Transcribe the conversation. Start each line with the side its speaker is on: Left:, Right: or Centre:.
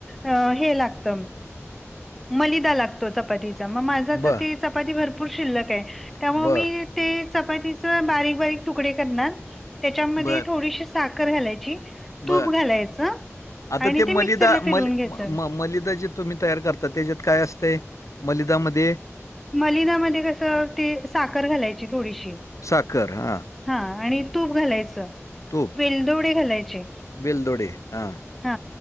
Centre: अ हे लागत, मलिदा लागतो चपातीचा. मग माझ आता
Left: बरं,
Centre: ती चपाती भरपूर शिल्लकय त्यामुळ
Left: बरं,
Centre: मी ते चपातीचे बारीक बारीक तुकडे करणार त्याच्यामध्ये
Left: बरं,
Centre: थोडीशी साखर घालायची,
Left: बरं.
Centre: तूप घालायचं.
Left: आता
Centre: आणि
Left: ते मलिदा
Centre: मिक्सरला फिरवून
Left: मल
Centre: घ्यायचं
Left: म मलिदा जे तुम्ही तयार करता त्याच्यात काय असतय? मलिदामध्ये?
Centre: मलिदामध्ये कसं ते साखर घालायची थोडीशी.
Left: साखर हा.
Centre: हा आणि तूप घालायचं.
Left: तूप.
Centre: वेलदोडे घालायचे.
Left: वेलदोडे हा.
Centre: हा